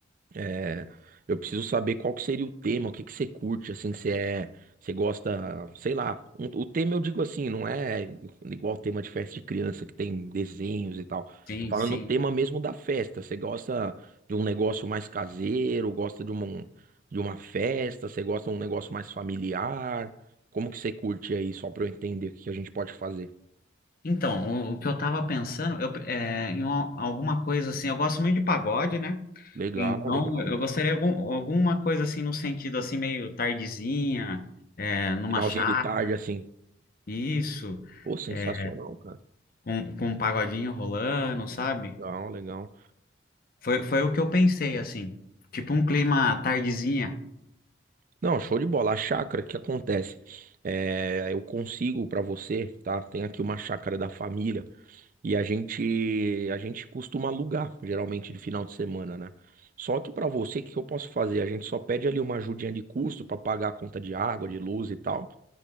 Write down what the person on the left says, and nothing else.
sim,
sim.
Então, o, o que eu tava pensando, eu, é, em uma- alguma coisa assim, eu gosto muito de pagode, né?
Então,
eu gostaria de algum, alguma coisa assim, no sentido assim, meio tardezinha, é, numa
chácara,
isso,
é,
com, com um pagodinho rolando, sabe?
Foi, foi o que eu pensei, assim, tipo um clima tardezinha,